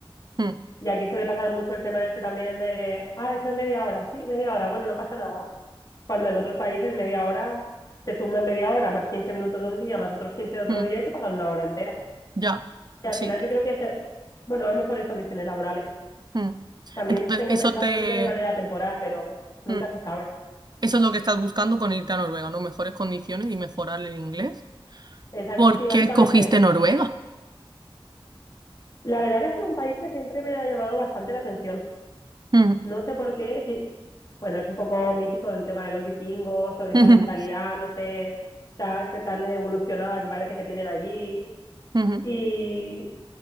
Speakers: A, on the right; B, on the left.
A: Mm,
B: Y aquí suele pasar mucho el tema este también de, ah, esto es media hora, sí, media hora, bueno, no pasa nada. Cuando en otros países media hora, te suman media hora, más 15 minutos de un día, más otros 15 de otro
A: mm,
B: día y te pagan una hora entera.
A: ya.
B: Que al
A: Sí.
B: final yo creo que, se- bueno, hay mejores condiciones laborales.
A: Mm.
B: También
A: Entonces,
B: tengo
A: eso
B: pensado
A: te.
B: irme de manera temporal, pero nunca
A: mm,
B: se sabe.
A: Eso es lo que estás buscando con irte a Noruega, ¿no? Mejores condiciones y mejorar el inglés.
B: Exacto.
A: ¿Por
B: Sí,
A: qué
B: básicamente
A: escogiste
B: eso.
A: Noruega?
B: La verdad que ha sido un país que siempre me ha llamado bastante la atención.
A: Mm,
B: No sé por qué, qui- bueno, es un poco mítico el tema de los vikingos o esa
A: ujú,
B: mentalidad, no sé, ta- que tan evolucionada que parece que tienen allí.
A: ujú,
B: Y